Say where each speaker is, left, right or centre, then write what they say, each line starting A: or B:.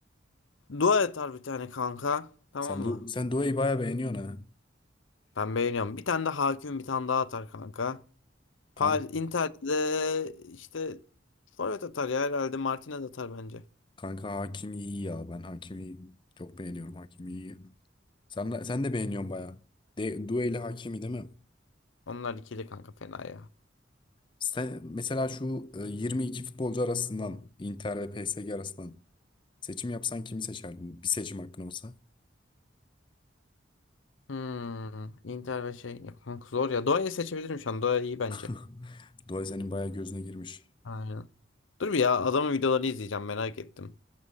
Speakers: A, on the left (about 80°); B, on the left (about 25°).
A: dua atar bir tane kanka. Tamam
B: Sen
A: mı?
B: du sen Due'yi bayağı beğeniyorsun
A: Ben beğeniyorum. Bir tane de hakim bir tane daha atar kanka. Paris,
B: ha.
A: Inter'de işte forvet atar ya herhalde Martinez atar bence.
B: Kanka Hakimi iyi ya. Ben Hakimi çok beğeniyorum. Hakimi iyi. Sen, de- sen de beğeniyorsun bayağı. De, Due ile Hakimi değil mi?
A: Onlar ikili kanka fena ya.
B: Sen, mesela şu e, 22 futbolcu arasından Inter ve PSG arasından seçim yapsan kimi seçerdin? Bir seçim hakkın olsa.
A: Hmm, Inter ve şey ya kanka zor ya. Doğa'yı seçebilirim şu an. Doğa iyi bence.
B: <laughs> Due senin bayağı gözüne girmiş.
A: Aynen. Dur bir ya adamın videolarını izleyeceğim merak ettim.